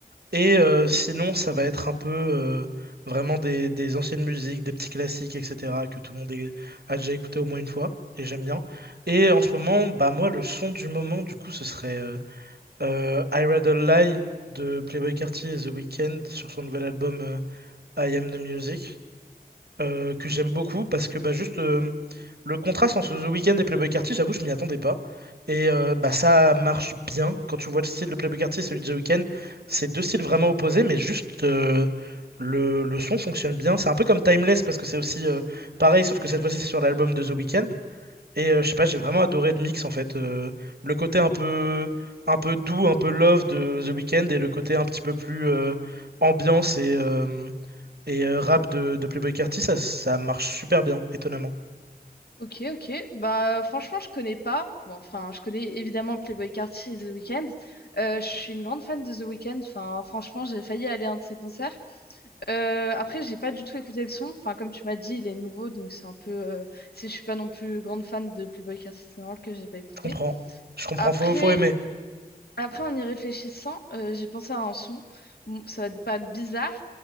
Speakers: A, on the right (about 80°); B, on the left (about 75°).
A: Et euh, sinon, ça va être un peu euh, vraiment des, des anciennes musiques, des petits classiques, etc., que tout le monde est- a déjà écouté au moins une fois. Et j'aime bien. Et en ce moment, bah moi, le son du moment, du coup, ce serait euh, euh, I Rather Lie de Playboi Carti et The Weeknd sur son nouvel album euh, I Am The Music, euh, que j'aime beaucoup parce que bah, juste euh, le contraste entre The Weeknd et Playboi Carti, j'avoue, je m'y attendais pas. Et euh, bah, ça marche bien quand tu vois le style de Playboi Carti et celui de The Weeknd. C'est deux styles vraiment opposés, mais juste euh, le, le son fonctionne bien. C'est un peu comme Timeless parce que c'est aussi euh, pareil, sauf que cette fois-ci c'est sur l'album de The Weeknd. Et euh, je sais pas, j'ai vraiment adoré le mix en fait. Euh, le côté un peu, un peu doux, un peu love de The Weeknd et le côté un petit peu plus euh, ambiance et, euh, et euh, rap de, de Playboi Carti, ça, ça marche super bien, étonnamment.
B: Ok, ok. Bah, franchement, je connais pas. Bon, enfin, je connais évidemment Playboy Carti et The Weeknd. Euh, je suis une grande fan de The Weeknd. Enfin, franchement, j'ai failli aller à un de ses concerts. Euh, après, j'ai pas du tout écouté le son. Enfin, comme tu m'as dit, il est nouveau, donc c'est un peu. euh, c'est- je suis pas non plus grande fan de Playboy Carti, c'est normal que j'ai pas écouté.
A: Je comprends. Je comprends,
B: Après,
A: faut, faut aimer.
B: après, en y réfléchissant, euh, j'ai pensé à un son. Bon, ça va pas être bizarre,